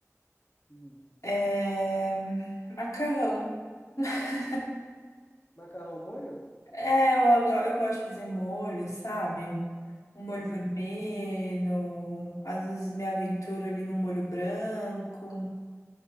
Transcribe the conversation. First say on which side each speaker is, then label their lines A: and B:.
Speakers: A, on the left; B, on the left.
A: Hum.
B: É... Macarrão. <laughs>
A: Macarrão molho?
B: É, eu, go- eu gosto de fazer molho, sabe? Um molho
A: Uhum.
B: vermelho, às vezes me aventuro ali no molho branco.